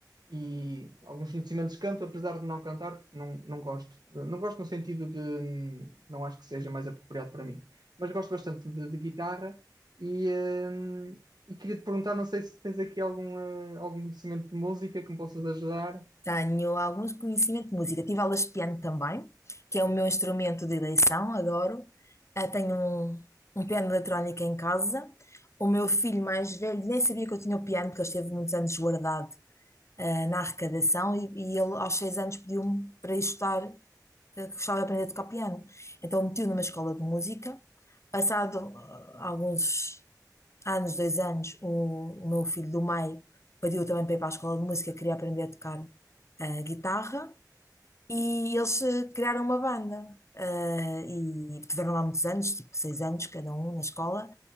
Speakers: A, on the right; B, on the left.
A: e alguns conhecimentos de canto, apesar de não cantar, porque não, não gosto. Eh, Não gosto no sentido de hum, não acho que seja mais apropriado para mim, mas gosto bastante de, de guitarra e, hum, e queria te perguntar, não sei se tens aqui algum, eh, algum conhecimento de música que me possas ajudar.
B: Tenho alguns conhecimentos de música. Tive aulas de piano também, que é o meu instrumento de eleição, adoro. Ah, tenho um, um piano eletrónico em casa. O meu filho mais velho nem sabia que eu tinha o piano, porque ele esteve muitos anos guardado, ah, na arrecadação, e, e ele aos seis anos pediu-me para ir estudar, ah, que gostava de aprender a tocar piano. Então meti-o numa escola de música. Passado ah, alguns há nos dois anos, o, o meu filho do meio pediu também para ir para a escola de música, queria aprender a tocar eh, guitarra, e eles eh, criaram uma banda. eh, e tiveram lá muitos anos, tipo seis anos cada um na escola,